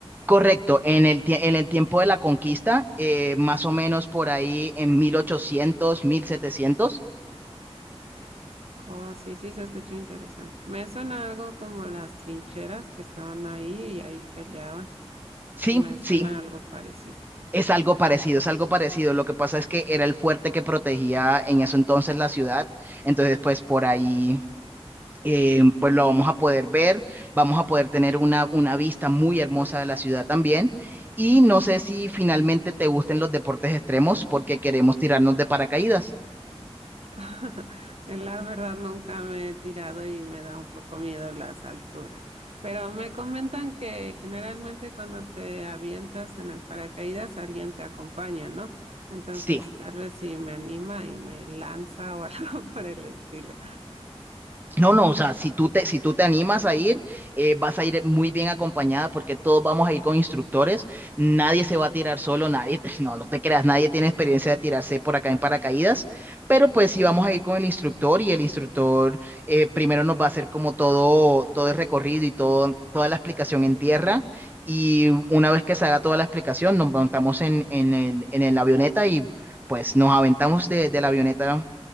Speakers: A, on the right; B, on the right.
A: Correcto, en el, tie- en el tiempo de la conquista, eh, más o menos por ahí en mil ochocientos mil setecientos
B: Oh, sí, sí, se escuchó interesante. Me suena algo como las trincheras que estaban ahí y ahí peleaban.
A: Sí,
B: Se me suena
A: sí,
B: algo parecido.
A: Es algo parecido, es algo parecido. Lo que pasa es que era el fuerte que protegía en eso entonces la ciudad. Entonces, pues por ahí, eh, pues lo vamos a poder ver. Vamos a poder tener una, una vista muy hermosa de la ciudad también. Y no sé si finalmente te gusten los deportes extremos porque queremos tirarnos de paracaídas.
B: <laughs> La verdad nunca me he tirado y me da un poco miedo las alturas, pero me comentan que generalmente cuando te avientas en el paracaídas alguien te acompaña, ¿no? Entonces
A: Sí,
B: tal vez sí me anima y me lanza o <laughs> algo por el estilo.
A: No, no, o sea, si tú te, si tú te animas a ir, eh, vas a ir muy bien acompañada porque todos vamos a ir con instructores, nadie se va a tirar solo, nadie, <laughs> no, no te creas, nadie tiene experiencia de tirarse por acá en paracaídas, pero pues sí vamos a ir con el instructor y el instructor eh, primero nos va a hacer como todo, todo el recorrido y todo, toda la explicación en tierra y una vez que se haga toda la explicación nos montamos en, en el, en el avioneta y pues nos aventamos de, de la avioneta